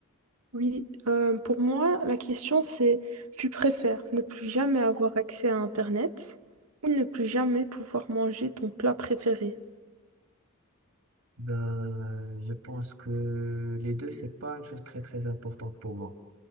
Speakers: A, on the right; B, on the right.
A: Oui, euh, pour moi, la question c'est, tu préfères ne plus jamais avoir accès à Internet ou ne plus jamais pouvoir manger ton plat préféré?
B: Ben, euh, je pense que les deux, c'est pas une chose très, très importante pour moi.